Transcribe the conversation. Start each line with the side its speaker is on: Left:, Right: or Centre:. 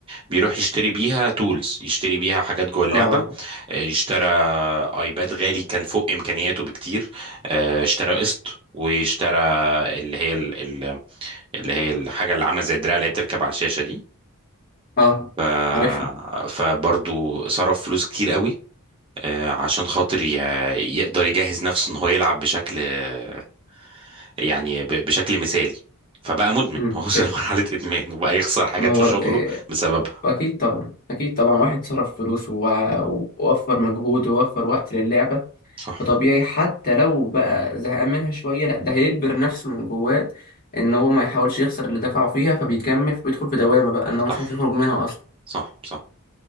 Right: بيروح يشتري بيها تولز يشتري بيها حاجات جوه اللعبه
Left: اه
Right: آه، اشترى ايباد غالي كان فوق امكانياته بكتير آه، اشترى قسط واشترى اللي هي ال- ال- اللي هي الحاجه اللي عامله زي الدراع اللي هي بتركب على الشاشه دي
Left: اه
Right: ف...
Left: عارفها
Right: فبرضو صرف فلوس كتير قوي آه، عشان خاطر ي- يقدر يجهز نفسه ان هو يلعب بشكل آه، يعني ب- بشكل مثالي فبقى مدمن
Left: امم
Right: <laughs> هو وصل
Left: فاهم
Right: لمرحلة إدمان وبقى يخسر حاجات
Left: ما هو
Right: في شغله
Left: آه،
Right: بسببها
Left: أكيد طبعا أكيد طبعا واحد صرف فلوس ووفر مجهود ووفر وقت للعبة
Right: صح
Left: فطبيعي حتى لو بقى زهقان منها شوية لا ده هيجبر نفسه من جواه ان هو ما يحاولش يخسر اللي دفعه فيها فبيكمل فبيدخل في دوامة بقى ان
Right: صح
Left: هو مش عارف يخرج منها اصلا
Right: صح صح